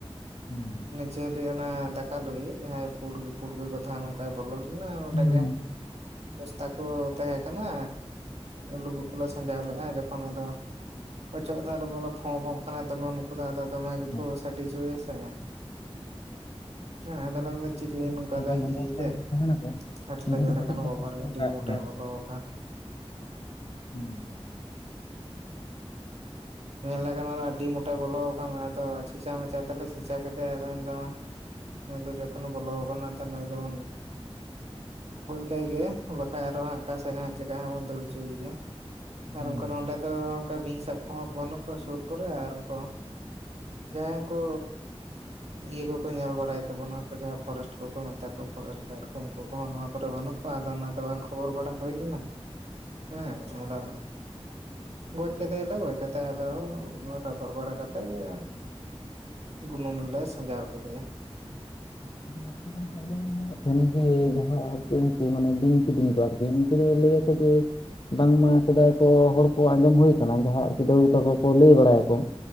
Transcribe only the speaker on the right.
ᱡᱷᱟᱹᱞᱭᱤᱡ ᱚᱱᱟ ᱫᱟᱠᱟ ᱞᱩᱭᱤᱡ ᱡᱟᱦᱟᱭ ᱯᱩᱲ ᱯᱩᱲᱜᱟᱹ ᱱᱚᱝᱠᱟᱭ ᱵᱚᱞ ᱞᱮᱱᱟᱭ, ᱚᱸᱰᱮ
ᱜᱮ ᱵᱚᱥᱛᱟ ᱠᱚ ᱛᱟᱦᱮᱸ ᱠᱟᱱᱟ ᱞᱩᱵᱩᱜ ᱠᱚᱞᱮ ᱥᱟᱡᱟᱣ ᱞᱮᱫᱼᱟ, ᱡᱚᱠᱷᱚᱱ ᱟᱫᱚ ᱚᱪᱚᱜ ᱫᱚ ᱵᱚᱞ ᱯᱷᱚ ᱯᱷᱚᱜ ᱠᱟᱱᱟᱭ, ᱫᱚᱢᱮ ᱩᱱᱠᱩ ᱫᱚ ᱟᱫᱚ ᱫᱚᱢᱮ ᱜᱮᱠᱚ
ᱥᱟᱰᱮ ᱦᱚᱪᱚᱭᱟ᱾ ᱛᱟᱦᱮᱸ ᱦᱮᱸ ᱟᱫᱚᱞᱮ
ᱢᱮᱱᱫᱟ
ᱪᱤᱞᱤ
ᱱᱚᱝᱠᱟ
ᱫᱚ ᱤᱭᱟᱹᱭ
ᱫᱟ,
ᱟᱨᱮ
ᱧᱮᱞ
ᱠᱟᱱᱟ
ᱵᱟᱵᱟᱨᱮ
ᱟᱹᱰᱤ ᱢᱚᱴᱟᱭ
ᱵᱚᱞᱚ
ᱟᱨ ᱦᱮᱸ᱾
ᱧᱮᱞᱮ ᱠᱟᱱᱟ ᱞᱮ ᱟᱹᱰᱤ ᱢᱚᱴᱟᱭ ᱵᱚᱞᱚ ᱟᱠᱟᱱᱟ᱾ ᱟᱫᱚ ᱠᱷᱮᱪᱟ ᱢᱮᱪᱟ ᱛᱟᱦᱞᱮ ᱠᱷᱮᱪᱟ ᱠᱮᱫᱮᱭᱟ ᱟᱫᱚ ᱢᱟ, ᱱᱩᱭ ᱫᱚ ᱡᱚᱠᱷᱚᱱ ᱵᱚᱞᱚ ᱟᱠᱟᱱᱟ ᱱᱩᱭ ᱫᱚᱵᱚᱱ ᱜᱚᱡᱽ ᱠᱟᱭ ᱜᱮ, ᱵᱟᱠᱟᱱ ᱟᱨᱚ ᱦᱟᱸᱜ ᱚᱠᱟᱥᱮᱫ ᱪᱮᱠᱟ ᱦᱟᱸᱜ ᱵᱚᱱ ᱫᱟᱹᱲ ᱦᱚᱪᱚᱭᱮᱭᱟ᱾ ᱟᱨ
ᱚᱱᱠᱟ ᱱᱚᱰᱮ ᱫᱚ, ᱚᱱᱠᱟ ᱵᱤᱧ ᱥᱟᱵ ᱠᱚᱦᱚᱸ ᱵᱟᱹᱱᱩᱜ ᱠᱚᱣᱟ ᱥᱩᱨ ᱠᱚᱨᱮ ᱟᱨ ᱩᱱᱠᱩ ᱡᱟᱦᱟᱸᱭ ᱩᱱᱠᱩ ᱤᱭᱟᱹ ᱠᱚᱠᱚ ᱧᱮᱞ ᱵᱟᱲᱟᱭ ᱛᱟᱵᱚᱱᱟ᱾ ᱡᱟᱦᱟᱸᱭ ᱯᱷᱚᱨᱮᱥᱴ ᱠᱚᱠᱚ ᱢᱮᱛᱟ ᱠᱚᱣᱟ ᱯᱷᱚᱨᱮᱥᱴ ᱜᱟᱨ ᱠᱚ ᱩᱱᱠᱩ ᱠᱚ᱾ ᱠᱚᱦᱚ ᱱᱚᱣᱟ ᱠᱚᱨᱮ ᱵᱟᱹᱱᱩᱜ ᱠᱚᱣᱟ, ᱟᱫᱚ ᱚᱱᱟᱛᱮ ᱵᱟᱝ ᱠᱷᱚᱵᱚᱨ ᱵᱟᱲᱟ ᱦᱩᱭ ᱞᱮᱱᱟ᱾ ᱦᱮᱸ ᱟᱫᱚ, ᱜᱚᱡᱽ ᱠᱮᱫᱮᱭᱟᱞᱮ ᱜᱚᱡ ᱠᱟᱛᱮᱜ ᱟᱫᱚ, ᱨᱟᱯᱟᱜ ᱵᱟᱲᱟ ᱠᱟᱛᱮᱜ ᱜᱮ ᱵᱩᱱᱩᱢ ᱨᱮᱞᱮ ᱥᱟᱡᱟᱣ ᱠᱟᱫᱮᱭᱟ᱾